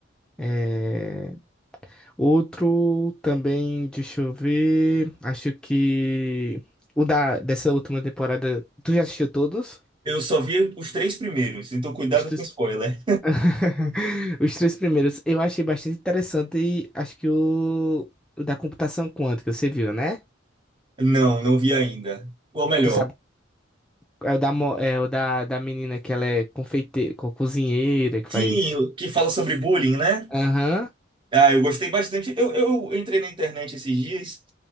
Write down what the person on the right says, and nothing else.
Eu só vi os três primeiros, então cuidado
com spoiler.
Não, não vi ainda. Ou melhor,
sim,
o que fala sobre bullying, né?
Ah, eu gostei bastante. Eu, eu entrei na internet esses dias